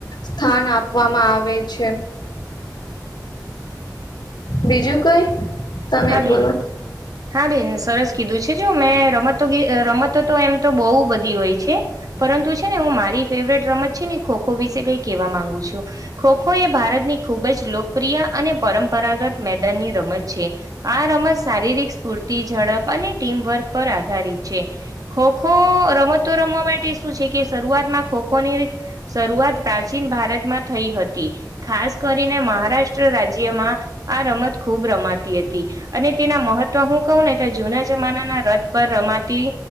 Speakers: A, on the left; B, on the right.
A: સ્થાન આપવામાં આવે છે. બીજું કઈ. તમે
B: હા બેન
A: બોલો
B: હા બેન સરસ. કીધું છે જો મેં રમતો ભી રમતો તો એમ તો બહુ બધી હોય છે. પરંતુ છે ને હું મારી ફેવરેટ રમત છે ને ખો ખો વિશે કઈ કેહેવા માંગુ છું. ખોખો એ ભારતની ખૂબ જ લોકપ્રિય અને પરંપરાગત મેદાનની રમત છે. આ રમત શારીરિક સ્ફૂર્તિ ઝડપ અને ટીમવર્ક પર આધારિત છે. ખોખો રમતો રમવા માટે શું છે કે શરૂઆતમાં ખોખોની. શરૂઆત પ્રાચીન ભારતમાં થઈ હતી ખાસ કરીને મહારાષ્ટ્ર રા્ટ રાજ્યમાં આ રમત ખૂબ રમાતી હતી. અને તેના મહત્વ હું કહું ને તો જૂના જમાનાના રથ પર રમાતી.